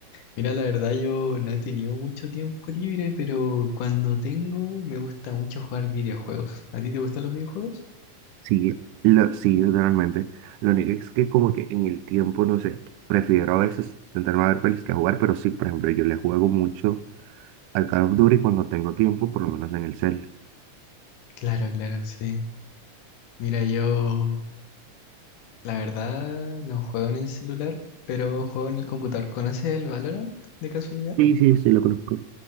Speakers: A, on the left; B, on the right.
A: Mira, la verdad yo no he tenido mucho tiempo libre, pero cuando tengo me gusta mucho jugar videojuegos. ¿A ti te gustan los videojuegos?
B: Sí, lo, sí, literalmente. Lo único es que como que en el tiempo, no sé, prefiero a veces sentarme a ver pelis que a jugar, pero sí, por ejemplo, yo le juego mucho al Call of Duty cuando tengo tiempo, por lo menos en el cel.
A: Claro, claro, sí. Mira, yo la verdad no juego en el celular, pero juego en el computador. ¿Conoces el Valorant de casualidad?
B: Sí, sí, sí, lo conozco.